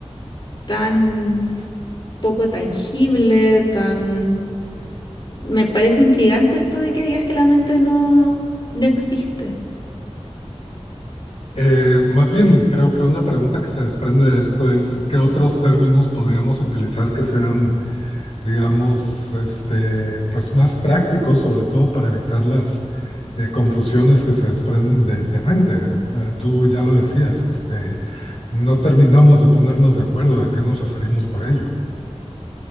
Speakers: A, on the left (about 40°); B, on the left (about 60°).
A: tan poco tangible, tan... Me parece intrigante esto de que digas que la mente no, no existe.
B: Eh, más bien, creo que una pregunta que se desprende de esto es qué otros términos podríamos utilizar que sean digamos, este, pues más prácticos, sobre todo para evitar las eh, confusiones que se desprenden de, de mente. Eh, Tú ya lo decías, este, no terminamos de ponernos de acuerdo a qué nos referimos por ello.